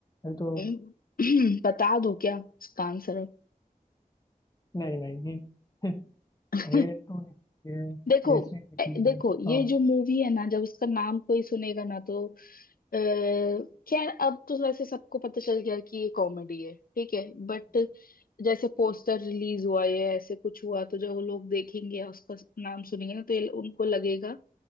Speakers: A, on the left (about 25°); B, on the left (about 75°).
A: है तो
B: हम्म, <clears throat> बता दो क्या उसका आंसर
A: नहीं नहीं <laughs>
B: <laughs>
A: रेड टू निकली है
B: देखो
A: ऐसी निकली
B: ए- देखो
A: है
B: ये
A: हाँ
B: जो मूवी है ना जब उसका नाम कोई सुनेगा ना तो क्या अब तो वैसे सबको पता चल गया कि ये कॉमेडी है ठीक है बट जैसे पोस्टर रिलीज हुआ है ऐसे कुछ हुआ तो जो लोग देखेंगे या उसका नाम सुनेंगे ना तो ये उनको लगेगा